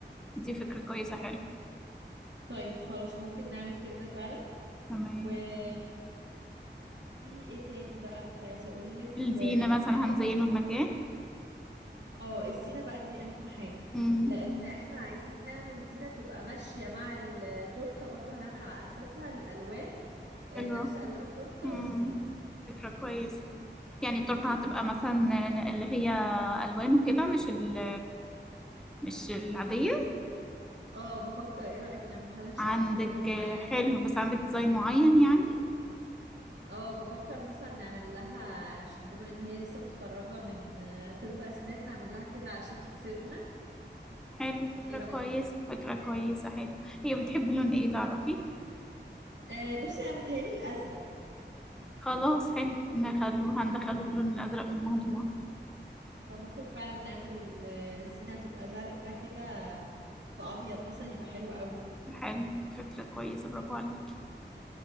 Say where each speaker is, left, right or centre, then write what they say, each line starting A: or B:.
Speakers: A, in the centre; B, on the right (about 75°).
A: دي فكرة كويسة حلو
B: طيب خلاص ممكن نعمل كده فعلا
A: تمام
B: وفي إيه تاني بقى كنت عايزة أقولك
A: الزينة
B: آه، أهم
A: مثلا
B: حاجة
A: هنزينه المكان
B: اه الزينة بقى دي أهم حاجة
A: امم
B: لأن احنا عايزين نعمل الزينة تبقى ماشية مع التورتة برضو هنعمل على أساسها الألوان آه،
A: حلو
B: نفس ألوان التورتة
A: امم
B: والزينة
A: فكرة كويسة يعني التورتة هتبقى مثلا اللي هي ألوان وكده مش ال مش العادية
B: اه بفكر ايه رأيك نعملها لها شكل
A: عندك
B: كده معين
A: حلو بس عندك ديزاين معين يعني
B: اه بفكر مثلا نعمل لها عشان بما ان هي لسه متخرجة من آه، طب اسنان نعمل لها كده على شكل سنة
A: حلو فكرة
B: ايه رأيك
A: كويسة فكرة كويسة حلو هي بتحب لون ايه تعرفي
B: آه بصي انا متهيألي الازرق
A: خلاص حلو نخلو هندخله اللون الأزرق في الموضوع
B: فممكن فعلا نعمل الزينة تبقى زرقاء كده في ابيض مثلا يبقى حلو قوي
A: حلو فكرة كويسة برافو عليكي